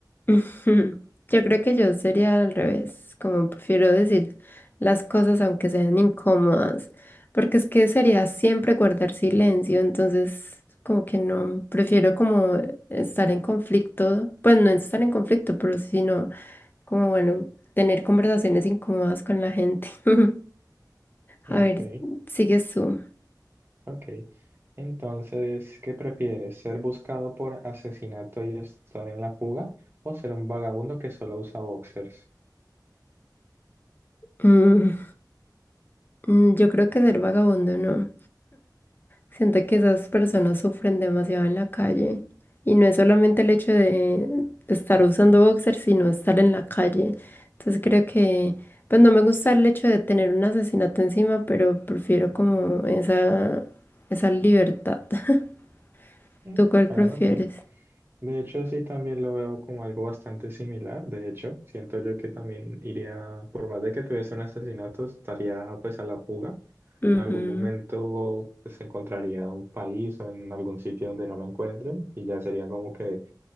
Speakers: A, on the left (about 25°); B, on the right (about 30°).
A: Ujú. Yo creo que yo sería al revés, como prefiero decir las cosas aunque sean incómodas, porque es que sería siempre guardar silencio, entonces como que no, prefiero como estar en conflicto, pues no estar en conflicto, pero sí, sino como bueno, tener conversaciones incómodas con la gente. <laughs>
B: Ok,
A: A ver, sigues tú.
B: ok. Entonces, ¿qué prefieres? ¿Ser buscado por asesinato y estar en la fuga o ser un vagabundo que solo usa boxers?
A: Mm, mm, yo creo que ser vagabundo no. Siento que esas personas sufren demasiado en la calle. Y no es solamente el hecho de estar usando boxer, sino estar en la calle. Entonces creo que, pues no me gusta el hecho de tener un asesinato encima, pero prefiero como esa, esa libertad. <laughs>
B: Mm,
A: ¿Tú cuál
B: Bueno,
A: prefieres?
B: sí. De hecho, sí, también lo veo como algo bastante similar. De hecho, siento yo que también iría, por más de que tuviese un asesinato, estaría pues a la fuga.
A: Ujú.
B: En algún momento pues encontraría un país o en algún sitio donde no me encuentren y ya sería como que